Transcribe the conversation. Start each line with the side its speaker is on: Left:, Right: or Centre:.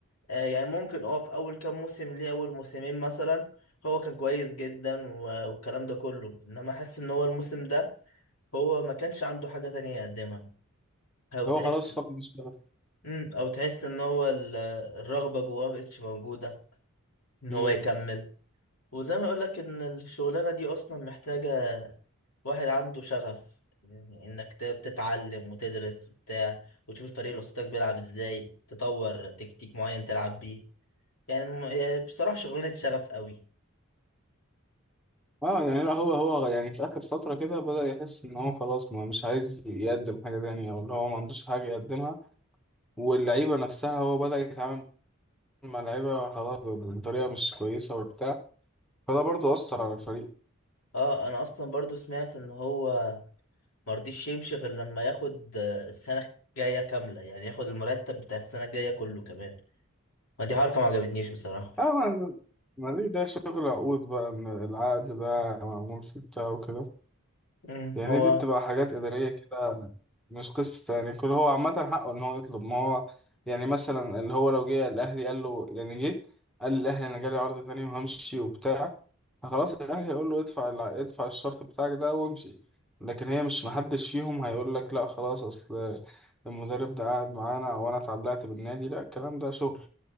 Left: آه، يعني ممكن اه في اول كام موسم ليه اول موسمين مثلا هو كان كويس جدا و- والكلام ده كله انما حاسس ان هو الموسم ده هو ما كانش عنده حاجة تانية يقدمها او
Centre: هو
Left: تحس
Centre: خلاص فقد الشغف
Left: مم، او تحس ان هو ال- الرغبة جواه مبقتش موجودة ان
Centre: مم.
Left: هو يكمل وزي ما اقولك ان الشغلانة دي اصلا محتاجة واحد عنده شغف يعني انك ت- تتعلم وتدرس وبتاع وتشوف الفريق اللي قصادك بيلعب ازاي تطور تكتيك معين تلعب بيه يعني م- يعني بصراحة شغلانة شغف قوي
Centre: اه يعني لا هو هو يعني في اخر فترة كده بدأ يحس ان هو خلاص ما مش عايز يقدم حاجة تانية او اللي هو ما عندوش حاجة يقدمها واللعيبة نفسها هو بدأ يتعامل مع اللعيبة خلاص ب- بطريقة مش كويسة وبتاع فده برضه أثر على الفريق
Left: اه انا اصلا برضو سمعت ان هو مرضيش يمشي غير لما ياخد آه، السنة الجاية كاملة يعني ياخد المرتب بتاع السنة الجاية كله كمان ما دي حركة ما عجبتنيش بصراحة
Centre: اه ما ما ليه ده شغل عقود بقى ان العقد ده معمول في بتاع وكده
Left: امم
Centre: يعني
Left: هو
Centre: دي بتبقى حاجات إدارية كده مش قصة يعني كل هو عامة حقه ان هو يطلب ما هو يعني مثلا اللي هو لو جه الاهلي قال له يعني جه قال للاهلي انا جالي عرض تاني وهمشي وبتاع فخلاص الاهلي هيقول له ادفع الع- ادفع الشرط بتاعك ده وامشي لكن هي مش محدش فيهم هيقول لك لا خلاص اصل المدرب ده قاعد معانا وانا اتعلقت بالنادي لا الكلام ده شغل